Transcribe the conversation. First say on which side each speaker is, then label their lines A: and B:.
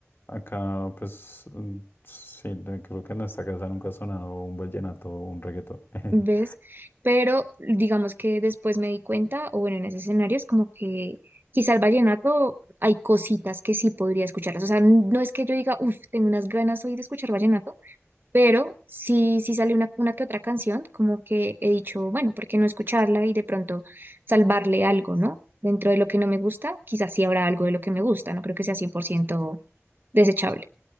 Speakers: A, on the left; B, on the right.
A: acá, pues mm, sí, de- creo que en esta casa nunca ha sonado un vallenato o un reggaetón. <laughs>
B: ¿ves? Pero digamos que después me di cuenta, o bueno, en ese escenario es como que quizá el vallenato hay cositas que sí podría escucharlas, o sea, no es que yo diga, uff, tengo unas ganas hoy de escuchar vallenato pero sí, sí sale una, una que otra canción, como que he dicho, bueno, ¿por qué no escucharla y de pronto salvarle algo, ¿no? Dentro de lo que no me gusta, quizás sí habrá algo de lo que me gusta, no creo que sea 100% desechable.